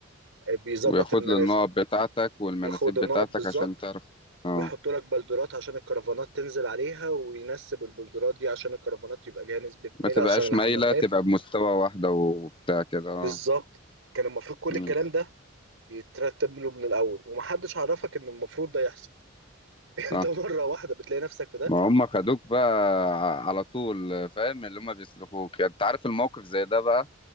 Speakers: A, on the right (about 70°); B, on the left (about 25°).
A: بيظبط
B: وياخد
A: المنازل
B: له النقط بتاعتك والمناسيب
A: ياخد النقط
B: بتاعتك
A: بالظبط
B: عشان تعرف اه
A: ويحطوا لك بلدرات عشان الكرفانات تنزل عليها وينسب البلدرات دي عشان الكرفانات يبقى ليها نسبة ميل
B: ما تبقاش
A: عشان الحمامات
B: مايله تبقى بمستوى واحده وبتاع كده اه
A: بالظبط كان المفروض كل الكلام
B: امم
A: ده يترتب له من الأول ومحدش عرفك إن المفروض ده يحصل <laughs> أنت
B: صح
A: مرة واحدة بتلاقي نفسك في ده
B: ما هم خدوك بقى ع- على طول فاهم اللي هم بيسلخوك يعني انت عارف الموقف زي ده بقى